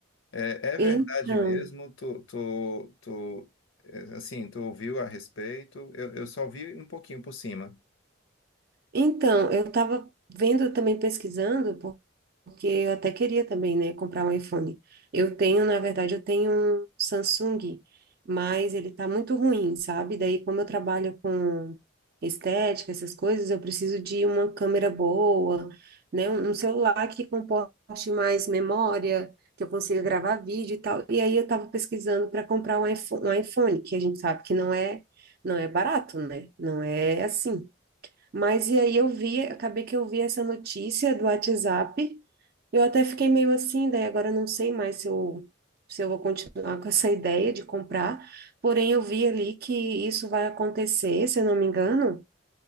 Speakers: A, on the left (about 80°); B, on the right (about 50°).
A: É, é
B: Então,
A: verdade mesmo, tu, tu, tu, é, assim, tu ouviu a respeito, eu, eu só ouvi um pouquinho por cima.
B: então, eu estava vendo também pesquisando, Porque eu até queria também, né, comprar um iPhone. Eu tenho, na verdade, eu tenho um Samsung, mas ele tá muito ruim, sabe? Daí, como eu trabalho com estética, essas coisas, eu preciso de uma câmera boa, né, um um celular que comporte mais memória, que eu consiga gravar vídeo e tal. E aí eu tava pesquisando para comprar um iPhone, um iPhone, que a gente sabe que não é, não é barato, né? Não é assim. Mas e aí eu vi, acabei que eu vi essa notícia do WhatsApp. Eu até fiquei meio assim, daí agora eu não sei mais se eu, se eu vou continuar com essa <laughs> ideia de comprar. Porém, eu vi ali que isso vai acontecer, se eu não me engano.